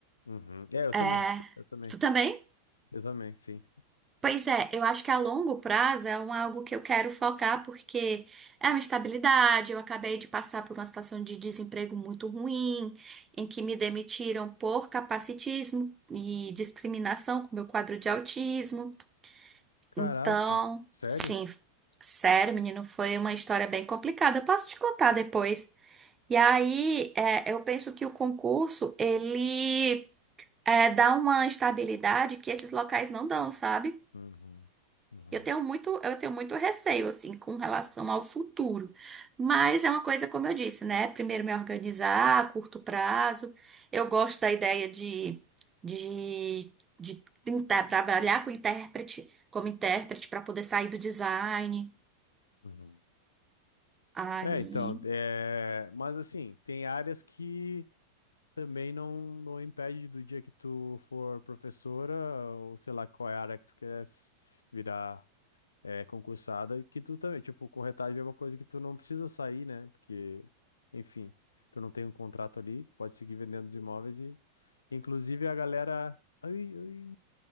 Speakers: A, on the left; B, on the right.
A: uhum. É, eu
B: É,
A: também, eu também,
B: tu também?
A: eu também, sim.
B: Pois é, eu acho que a longo prazo é um, algo que eu quero focar porque é uma estabilidade. Eu acabei de passar por uma situação de desemprego muito ruim, em que me demitiram por capacitismo e discriminação com meu quadro de autismo.
A: Caraca,
B: Então,
A: sério?
B: sim, sério, menino, foi uma história bem complicada. Eu posso te contar depois. E aí, é, eu penso que o concurso, ele é, dá uma estabilidade que esses locais não dão, sabe?
A: Uhum, uhum,
B: Eu tenho muito, eu tenho muito receio, assim, com relação ao futuro. Mas é uma coisa, como eu disse, né? Primeiro me organizar a curto prazo. Eu gosto da ideia de, de, de tentar trabalhar com intérprete, como intérprete, para poder sair do design.
A: uhum.
B: Aí.
A: É, então, é... mas assim, tem áreas que também não, não impede do dia que tu for professora, ou sei lá qual é a área que tu quer s- s- virar é, concursada, que tu também, tipo, corretagem é uma coisa que tu não precisa sair, né? Porque, enfim, tu não tem um contrato ali, pode seguir vendendo os imóveis e, inclusive, a galera. Ai, ai,